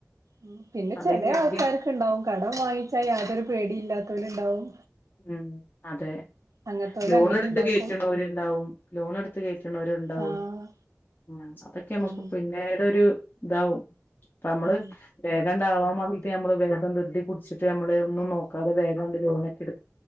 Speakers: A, on the right; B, on the left.
A: ഉം പിന്നെ
B: അതില്ലെങ്കി
A: ചെലേ ആൾക്കാര്ക്ക്ണ്ടാവും കടം വാങ്ങിച്ചാ യാതൊരു പേടിയില്ലാത്തോല്ണ്ടാവും
B: ഉം അതെ
A: അങ്ങത്തോല്
B: ലോണെട്ത്ത്
A: അങ്ങനെ ഇണ്ടാക്കും
B: കേറ്റ്ണോര്ണ്ടാവും ലോണെട്ത്ത് കേറ്റ്ണോര്ണ്ടാവും
A: ആഹ്
B: ഉം അതൊക്കെ നമ്മക്ക്
A: ഉം
B: പിന്നീടൊരും ഇതാവും ഇപ്പമ്മള്
A: ഉം
B: വേഗാണ്ട് ആവാമാണ്ടീട്ട് നമ്മള് വേഗം ധൃതി പുട്ച്ചിട്ട് നമ്മള് ഒന്നും നോക്കാതെ വേഗാണ്ട് ലോണോക്കെട്